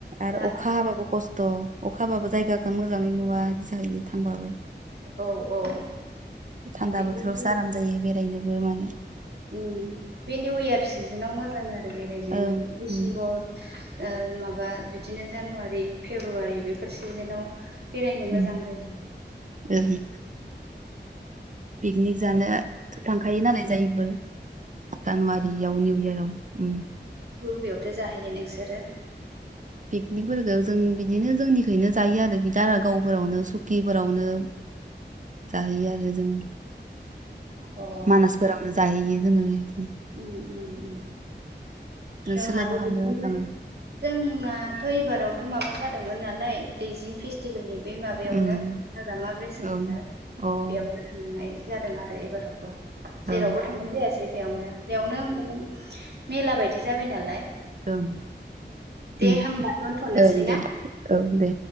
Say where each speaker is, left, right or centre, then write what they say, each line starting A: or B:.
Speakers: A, on the right (about 45°); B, on the right (about 65°).
A: आरो
B: दा
A: अखा हाबाबो खस्थ' खथ' अखाबाबो जायगाखौ मोजाङै नुवा बिदि जाहैदि थांबाबो
B: औ औ
A: थान्दा
B: बिदिनो
A: बोथोरावसो आराम जायो बेरायनोबो मानो
B: ओम बे निउ इयार सिजोनाव मोजां आरो बेरायनाय
A: ओं
B: डिसेम्बर
A: उम
B: ओ माबा बिदिनो जानुवारि फेब्रुवारि बेफोर सिजेनाव बेरायनो
A: उम
B: मोजां जायो
A: ओं पिकनिक जानो थांखायो
B: उम
A: नालाय जायोबो जानुवारिआव निउ इयरआव ओम
B: बबेयावथ' जाहैयो नोंसोरो
A: पिकनिकफोरखौ जों बि बिदिनो जोंनिखैनो जायो आरो दारागावफोरावनो सुकिफोरावनो जाहैयो आरो जों
B: अ
A: मानासफोरावनो जाहैयो जोङो बि
B: ओम ओम ओम
A: नोंसोरलाय
B: जोंहाबो
A: बहा
B: बिदिनो
A: बहा थाङो?
B: जोंनाथ' एबारावथ' माबा माबा जादोंमोन नालाय दैजिं फेस्टिभेलनि बे माबायावनो
A: उम
B: हाग्रामा ब्रिजनो
A: ओं अ ओं
B: बेयावनो थांनाय जादों आरो एबारावबो जेरावबो
A: औ
B: थांनाय जायासै बेयावनो बेयावनो माबा मेला बायदि जाबाय नालाय
A: ओं
B: दे
A: उम
B: होमबा दोनथ'नोसै
A: ओं दे
B: ना?
A: औ दे।